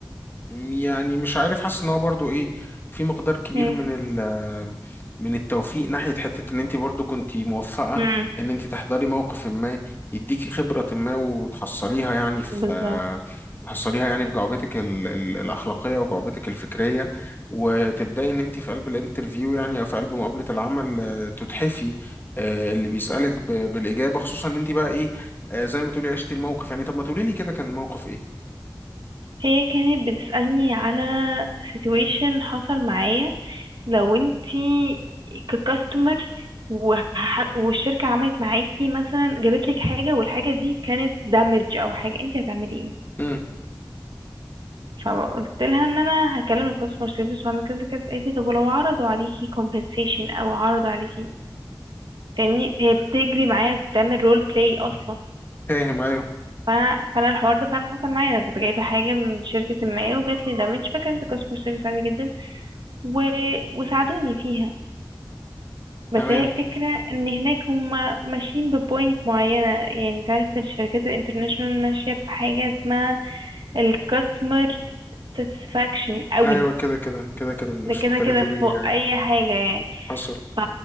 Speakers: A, on the left; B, on the right.
A: يعني مش عارف حاسس ان هو برضو ايه في مقدار كبير
B: مم.
A: من ال من التوفيق ناحية حتة ان انت برضو كنت موفقة
B: مم.
A: ان انت تحضري موقف ما يديكي خبرة ما وتحصليها يعني في
B: بالظبط
A: تحصليها يعني في جعبتك ال ال الأخلاقية وجعبتك الفكرية وتبدأي ان انت في قلب الانترفيو يعني او في قلب مقابلة العمل آه، تتحفي آه، اللي بيسألك ب- بالإجابة خصوصا ان انت بقى ايه آه، زي ما بتقولي عشتي الموقف يعني طب ما تقولي لي كده كان الموقف ايه
B: هي كانت بتسألني على situation حصل معايا لو انتي ككاستمر وح- والشركة عملت معاكي مثلا جابت لك حاجة والحاجة دي كانت damage او حاجة انتي هتعملي ايه
A: امم
B: فقلت لها ان انا هكلم الكاستمر سيرفيس واعمل كذا كذا قالت لي طب ولو عرضوا عليكي compensation او عرضوا عليكي فاهمني هي بتجري معايا بتعمل رول بلاي اصلا
A: فاهم ايوه
B: فانا فانا الحوار ده فعلا حصل معايا انا كنت جايبه حاجه من شركه ما وجات لي دامج فاكره انت كاستمر سيرفيس عادي جدا و... وساعدوني فيها بس
A: تمام
B: هي الفكرة ان هناك هم ماشيين ببوينت معينة يعني انت عارف الشركات الانترناشونال ماشية بحاجة اسمها الكاستمر ساتسفاكشن قوي
A: ايوه كده كده كده كده مش
B: ده كده
A: محتاجه
B: كده
A: تقولي
B: فوق
A: لي يعني
B: اي حاجة يعني
A: حصل
B: ف